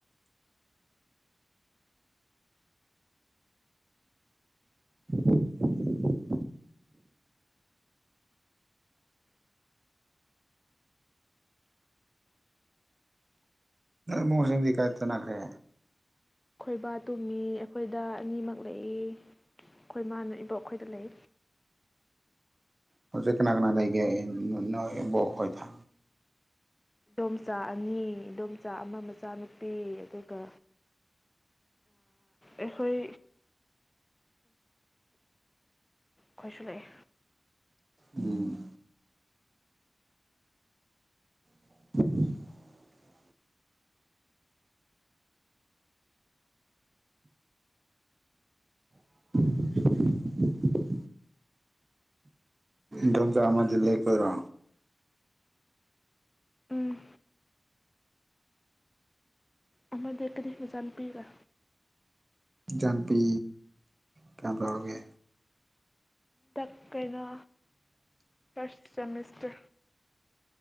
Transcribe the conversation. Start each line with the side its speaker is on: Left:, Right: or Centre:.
Right: <unintelligible> ꯃꯣꯍꯟꯁꯤꯡꯗꯤ ꯀꯥꯏꯅꯅꯥꯈꯔꯦ
Left: ꯈꯣꯏꯕꯥ ꯇꯨꯝꯃꯤ ꯑꯩꯈꯣꯏꯗ ꯑꯅꯤꯃꯛ ꯂꯩꯏ ꯈꯣꯏꯃꯅ ꯏꯕꯣꯛ ꯑꯩꯈꯣꯏꯗ ꯂꯩ
Right: ꯍꯧꯖꯤꯦ ꯀꯅꯥ ꯀꯅꯥ ꯂꯩꯕꯣꯛ ꯍꯣꯏ ꯊ
Left: ꯏꯗꯣꯝꯆꯥ ꯑꯅꯤ ꯏꯗꯣꯝꯆꯥ ꯑꯃ ꯏꯆꯥꯅꯨꯄꯤ ꯑꯗꯨꯒ ꯑꯩꯈꯣꯏ ꯈꯣꯏꯁꯨ ꯂꯩꯑꯦ
Right: ꯎꯝ <unintelligible> <unintelligible> ꯗꯝꯇ ꯑꯃꯗ ꯂꯩꯀꯔꯣ
Left: ꯎꯝ ꯑꯃꯔ ꯗ ꯀꯔꯤꯐ ꯃ ꯆꯥꯟꯕꯤꯤꯒ
Right: ꯥꯟꯄꯤ ꯀꯌꯥꯝ ꯇ ꯂꯧꯔꯒꯦ
Left: ꯗ ꯀꯩꯅ ꯐꯁ ꯁꯁ ꯠꯇ